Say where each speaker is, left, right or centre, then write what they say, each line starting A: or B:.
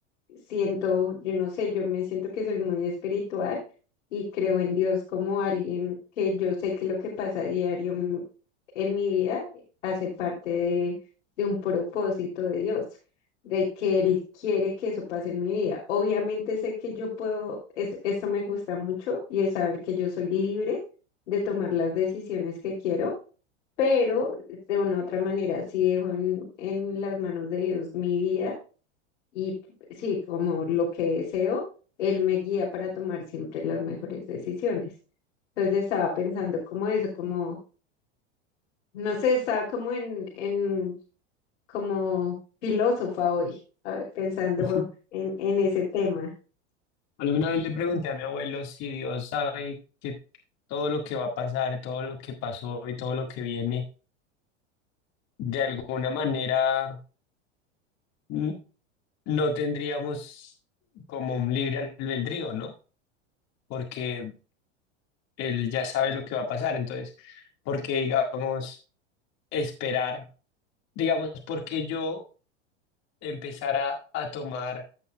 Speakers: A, on the left; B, on the left.
A: siento, yo no sé, yo me siento que soy muy espiritual y creo en Dios como alguien que yo sé que lo que pasa a diario m- en mi vida hace parte de, de un propósito de Dios, de que Él quiere que eso pase en mi vida. Obviamente sé que yo puedo, es, eso me gusta mucho y es saber que yo soy libre de tomar las decisiones que quiero pero de una u otra manera sí dejo en, en las manos de Dios mi vida y sí, como lo que deseo, Él me guía para tomar siempre las mejores decisiones. Entonces estaba pensando como eso, como, no sé, estaba como en, en como filósofa hoy, a pensando
B: <laughs>
A: en, en ese tema.
B: Alguna vez le pregunté a mi abuelo si Dios sabe que todo lo que va a pasar, todo lo que pasó y todo lo que viene, de alguna manera n- no tendríamos como un libre albedrío, ¿no? Porque él ya sabe lo que va a pasar. Entonces, por qué digamos esperar? digamos, porque yo empezara a tomar,